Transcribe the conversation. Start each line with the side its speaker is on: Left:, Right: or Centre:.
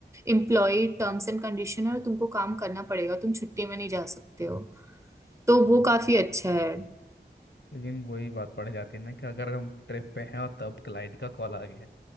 Right: एम्प्लॉय टर्म्स एंड कंडीशन है और तुमको काम करना पड़ेगा तुम छुट्टी में नहीं जा सकते हो तो वो काफी अच्छा है
Left: लेकिन वही बात पड़ जाती है ना कि अगर हम ट्रिप पे हैं और तब क्लाइंट का कॉल आ गया